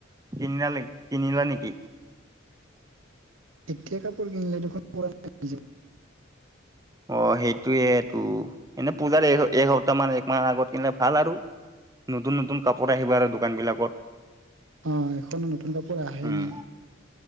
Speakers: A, on the right; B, on the right.
A: কিনাল কিনিলা নেকি?
B: এটয়া কাপোৰ কিনিল দেখ পজ।
A: অ সেইটোয়েই টো এনে পূজাৰ এসপ্তাহ মান এক মাহ আগত কিনিলে ভাল আৰু। নতুন নতুন কাপোৰ আহিবা আৰু দোকান বিলাকত।
B: আহ এখনো নতুন কাপোৰ আহে
A: উম,
B: নাই।